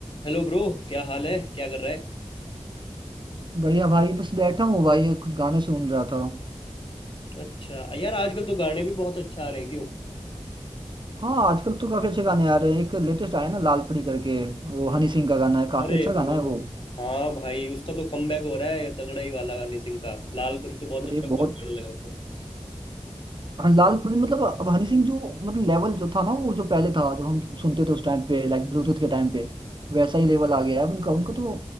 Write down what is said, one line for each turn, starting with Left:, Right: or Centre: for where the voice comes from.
Left: Hello bro क्या हाल है क्या कर रहा है
Right: बढ़िया भाई बस बैठा हूँ भाई कुछ गाने सुन रहा था
Left: अच्छा यार आजकल तो गाने भी बहुत अच्छा आ रहे हैं क्यों
Right: हाँ आजकल तो काफी अच्छे गाने आ रहे हैं एक लेटेस्ट आया ना लाल परी करके वो हनी सिंह का गाना है काफी
Left: अरे
Right: अच्छा गाना
Left: ब्रो
Right: है वो
Left: हाँ भाई उसका तो कमबैक हो रहा है तगड़ा ही वाला हनी सिंह का लाल परी तो बहुत
Right: अरे
Left: अच्छा गाना
Right: बहुत
Left: लगा उनको
Right: हाँ, लाल परी मतलब अब हनी सिंह जो मतलब लेवल जो था ना वो जो पहले था जो हम सुनते थे उस टाइम पे लाइक ब्लूटूथ के टाइम पे वैसा ही लेवल आ गया है अब उनका उनका तो